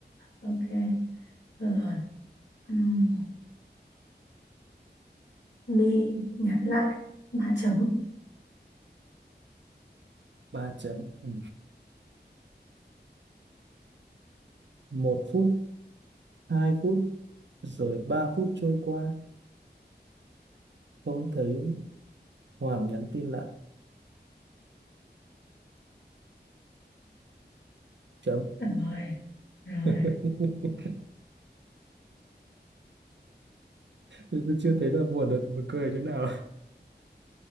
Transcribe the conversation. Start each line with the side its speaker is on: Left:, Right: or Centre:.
Left: ok được rồi Ừm, Mi nhắn lại ba chấm
Right: Ba chấm. Ừ. Một phút, hai phút, rồi ba phút trôi qua, không thấy Hoàng nhắn tin lại. Chấm.
Left: rồi rồi
Right: <laughs> Tôi tôi chưa thấy là buồn được buồn cười chỗ nào.